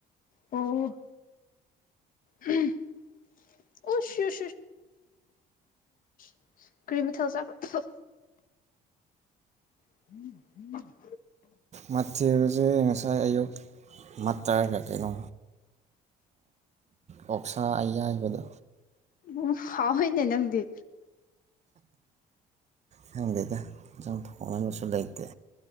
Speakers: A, on the left; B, on the right.
A: ꯑꯣ ꯑꯣꯁ <unintelligible> ꯀ꯭ꯔꯤ ꯃꯊꯦꯜ ꯆꯥꯐ꯭ꯔ <unintelligible>
B: ꯃꯊꯦꯜꯁꯦ ꯉꯁꯥꯏ ꯑꯌꯨꯛ ꯃꯇ꯭ꯔꯒ ꯀꯩꯅꯣ ꯑꯣꯛꯁꯥ ꯑꯌꯥꯏꯕꯗꯣ
A: ꯎꯝ ꯍꯥꯎꯋꯤꯅꯦ ꯅꯪꯗꯤ
B: ꯈꯪꯗꯦꯗ ꯏꯟꯖꯥꯡ ꯊꯣꯡꯅꯕꯁꯨ ꯂꯩꯇꯦ